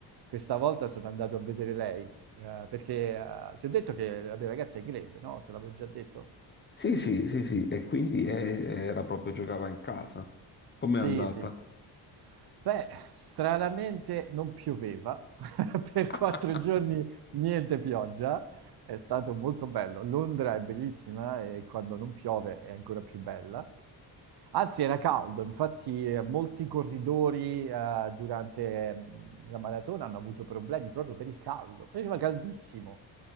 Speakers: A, on the right (about 55°); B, on the left (about 25°).
A: questa volta sono andato a vedere lei, eh, perché eh, ti ho detto che la mia ragazza è inglese, no? Te l'avevo già detto.
B: Sì, sì, sì, sì, e quindi eh, era proprio giocava in casa. Com'è
A: Sì,
B: andata?
A: sì. Beh, stranamente non pioveva, <laughs> per
B: <laughs>
A: quattro giorni niente pioggia, è stato molto bello. Londra è bellissima e quando non piove è ancora più bella. Anzi, era caldo, infatti eh, molti corridori eh, durante mm, la maratona hanno avuto problemi proprio per il caldo, faceva caldissimo.